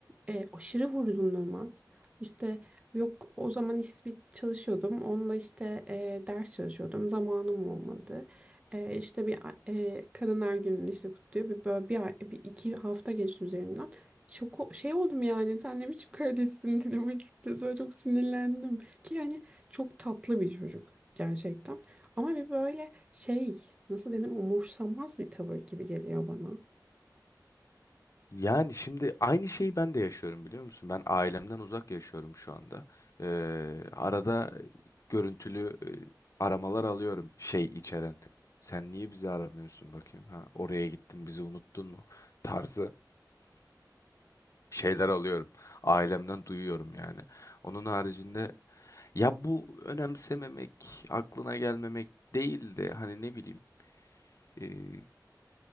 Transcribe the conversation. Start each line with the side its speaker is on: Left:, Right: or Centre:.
Right: e, aşırı vurdumlanmaz. İşte yok o zaman işte bir çalışıyordum. Onunla işte e, ders çalışıyordum. Zamanım olmadı. E, işte bir e, kadınlar gününü işte kutluyor. Bir, böyle bir, ay- bir iki hafta geçti üzerinden. Şoko şey oldum yani sen ne biçim kardeşsin dedim açıkçası Böyle çok sinirlendim ki yani çok tatlı bir çocuk gerçekten ama bir böyle şey nasıl denir umursamaz bir tavır gibi geliyor bana.
Left: Yani şimdi aynı şeyi ben de yaşıyorum biliyor musun? Ben ailemden uzak yaşıyorum şu anda. Ee, arada görüntülü e, aramalar alıyorum şey içeren. Sen niye bizi aramıyorsun bakayım ha? Oraya gittin bizi unuttun mu? Tarzı şeyler alıyorum. Ailemden duyuyorum yani. Onun haricinde ya bu önemsememek, aklına gelmemek değil de hani ne bileyim e,